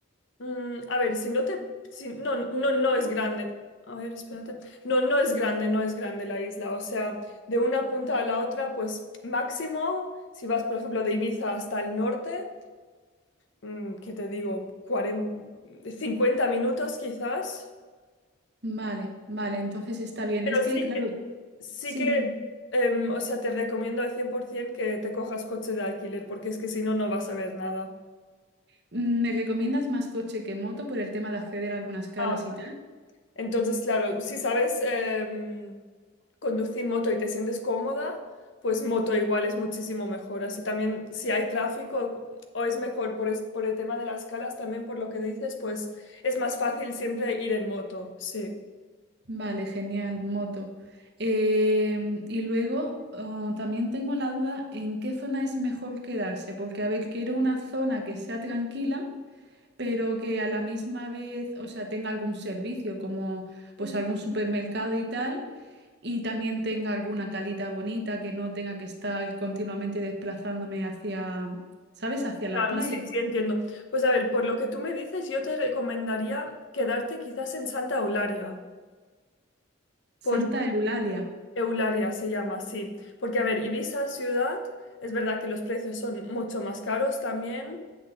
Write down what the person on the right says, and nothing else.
Vale, vale, entonces está bien.
Es que,
claro,
sí,
dime.
Mm, ¿Me recomiendas más coche que moto por el tema de acceder a algunas calas
y tal?
Vale, genial, moto. Em, y luego oh, también tengo la duda en qué zona es mejor quedarse, porque a ver, quiero una zona que sea tranquila, pero que a la misma vez, o sea, tenga algún servicio, como pues
algún supermercado y tal, y también tenga alguna calita bonita, que no tenga que estar continuamente desplazándome hacia, ¿sabes? Hacia las
playas.
Santa Eulalia.